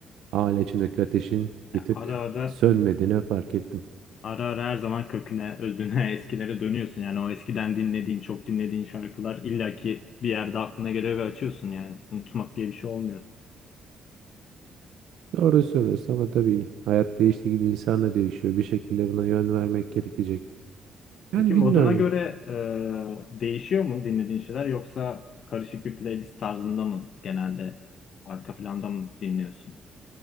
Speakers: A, on the right; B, on the left.
A: Hala içimdeki ateşin bir
B: Ya
A: tık
B: ara ara
A: sönmediğini fark ettim.
B: Ara ara her zaman köküne, özüne, <laughs> eskilere dönüyorsun. Yani o eskiden dinlediğin, çok dinlediğin şarkılar illaki bir yerde aklına geliyor ve açıyorsun yani. Unutmak diye bir şey olmuyor.
A: Doğru söylüyorsun ama tabii hayat değiştiği gibi insan da değişiyor. Bir şekilde buna yön vermek gerekecek.
B: Peki
A: Yani
B: moduna
A: bilmiyorum.
B: göre e, değişiyor mu dinlediğin şeyler yoksa karışık bir playlist tarzında mı genelde arka planda mı dinliyorsun?